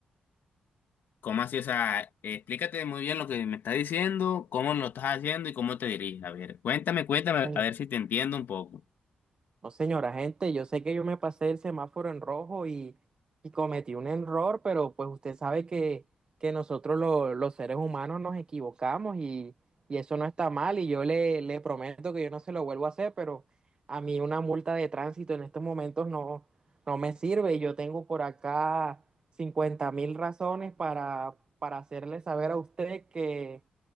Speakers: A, on the left; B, on the right.
A: ¿Cómo así? O sea, explícate muy bien lo que me estás diciendo, cómo lo estás haciendo y cómo te diriges. A ver, cuéntame, cuéntame,
B: Señora
A: a ver si te entiendo un poco.
B: No, señora, gente, yo sé que yo me pasé el semáforo en rojo y, y cometí un error, pero pues usted sabe que, que nosotros lo- los seres humanos nos equivocamos y, y eso no está mal y yo le, le prometo que yo no se lo vuelvo a hacer, pero a mí una multa de tránsito en estos momentos no, no me sirve y yo tengo por acá cincuenta mil razones para, para hacerle saber a usted que,